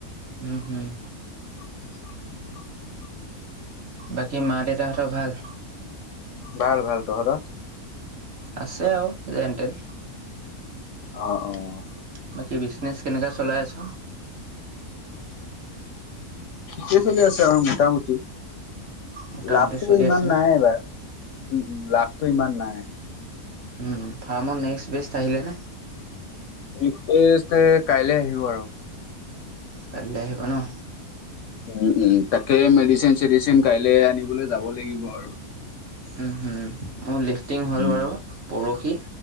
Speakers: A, on the right; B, on the left.
A: উম, হুম।
B: <unintelligible>
A: বাক কী, মা-দেউতাহঁতৰ ভাল?
B: ভাল, ভাল, তহঁতৰ?
A: আছে আও যেনতেন।
B: অ', অ'।
A: বাকী বিজনেচ কেনেকা চলাই আছ'?
B: ঠিকে চলি আছে আৰু মোটামুটি।
A: মোটামুটি
B: লাভটো
A: চলি
B: ইমান
A: আছে ন?
B: নাই এইবাৰ। উম, উম, লাভটো ইমান নাই।
A: উম, ফাৰ্মৰ নেক্স <unintelligible> আহিলে নে?
B: নি এতে কাইলে আহিব আৰু।
A: কাইলে আহিব ন'।
B: উম, উম। তাকেউ মেডিচিন চেডিচিন কাইলে আনিবলৈ যাব লাগিব আৰু।
A: উম হুম মোৰ লিফ টিং হ'ল
B: উম
A: বাৰু পৰসি।